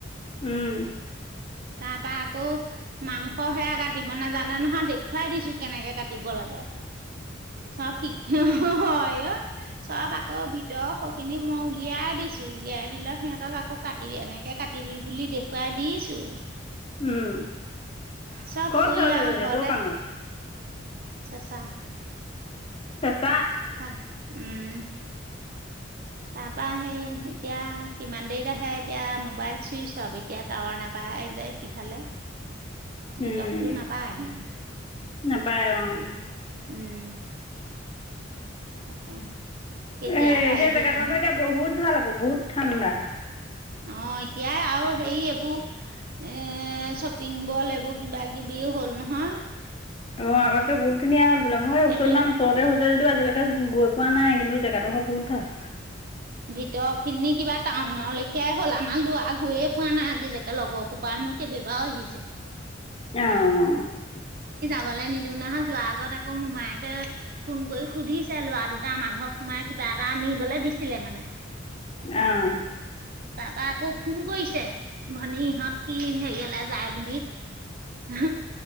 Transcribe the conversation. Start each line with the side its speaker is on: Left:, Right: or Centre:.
Left: উম
Right: তাৰপা আকৌ, মাংস সেয়া কাটিব নাজানে নহয় দেখুৱাই দিছো কেনেকে কাটিব লাগে। চব কি হু হয়। চব আকৌ ভিতৰৰ সখিনি মই উলিয়াই দিছো, উলিয়াই দিলত সিহঁতক আকৌ কাটি কেনেকে কাটিবি বুলি দেখুৱাই দিছো
Left: উম,
Right: চব
Left: ক'ত
Right: কৰি
Left: খাবলৈ
Right: আৰু
Left: গৈছে
Right: ঘৰতে
Left: দৌপাঙত
Right: চেঁচা
Left: চে
Right: অ উম
Left: <unintelligible>
Right: তাৰ পা সেই এতিয়া কিমান দেৰিত আহে এতিয়া মোবাইল চুইচ অফ এতিয়া টাৱাৰ নাপ পাই যে সিফালে নেটৱৰ্কটো
Left: উম,
Right: নাপায় ইমান
Left: নাপায় অঁ
Right: উম তাকে কেতিয়া
Left: এ
Right: পায়হি
Left: সেই জেগাটো
Right: জানো
Left: আকৌ এতিয়া বহুত ভাল আকৌ বহুত ঠাণ্ডা
Right: অ এতিয়া আৰু হে এইবোৰ এ শ্বপিং বল এইবোৰ কিবা কিবি হ'ল নহয়
Left: অ আগতে বহুত ধুনীয়া হল বলা মই ওচৰমান
Right: এইটো
Left: ওচৰতে হৈ হৈছে যদিও আজিলৈকে গৈ পোৱা নাই কিন্তু জেগা টোহে বহুত ভাল
Right: ভিতৰ খিনি কিবা টাউনৰ লেখিয়াই হ'ল আমাৰ দৰা গৈয়ে পোৱা নাই আজিলৈকে লগৰ সোপাৰ কেইবা বা আহিছে
Left: অহ
Right: যাবলে নিদিওঁ নহয় যোৱাৰ আগত আকৌ মোমায়েকে ফোন কৰি সুধিছে লৰা দুটাৰ আমা ঘৰত সোমাই কিবা ত এটা আনিবলৈ দিছিলে মানে
Left: অহ
Right: তাৰপা আকৌ ফোন কৰিছে ভনী ইহঁত কি হেৰিয়ালে যায় বুলি